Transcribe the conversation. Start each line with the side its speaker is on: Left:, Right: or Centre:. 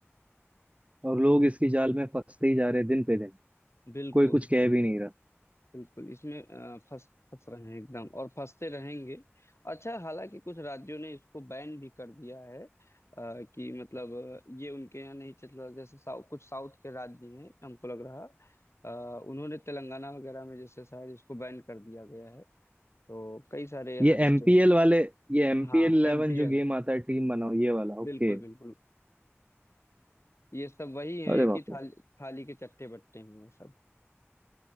Right: और लोग इसकी जाल में फंसते ही जा रहे हैं दिन पे दिन
Left: बिल्कुल
Right: कोई कुछ कह
Left: बिल्कुल
Right: भी नहीं रहा
Left: बिल्कुल इसमें अ, फंस फंस रहे हैं एकदम और फंसते रहेंगे अच्छा हालांकि कुछ राज्यों ने इसको बैन भी कर दिया है अ, कि मतलब अ, ये उनके यहाँ नहीं चल रहा जैसे साउ, कुछ साउथ के राज्य हैं हमको लग रहा अ, उन्होंने तेलंगाना वगैरह में जैसे शायद इसको बैन कर दिया गया है तो कई सारे यहाँ
Right: ये
Left: स्टेट
Right: एमपीएल वाले ये एमपीएल
Left: हाँ
Right: 11
Left: एमपीएल
Right: जो गेम आता है टीम बनाओ ये वाला
Left: बिल्कुल
Right: ओके
Left: बिल्कुल ये सब वही हैं
Right: अरे
Left: एक
Right: बाप
Left: ही थाली
Right: रे
Left: थाली के चट्टे बट्टे हैं ये सब